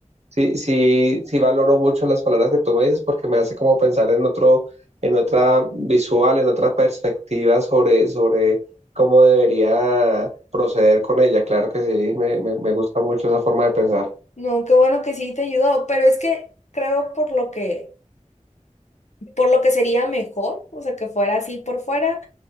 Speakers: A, on the right (about 60°); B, on the left (about 65°).
A: Sí, sí, sí valoro mucho las palabras que tú me dices porque me hace como pensar en otro, en otra visual, en otra perspectiva sobre, sobre cómo debería proceder con ella. Claro que sí, me, me, me gusta mucho esa forma de pensar.
B: No, qué bueno que sí te ayudó, pero es que creo por lo que, por lo que sería mejor, o sea, que fuera así por fuera,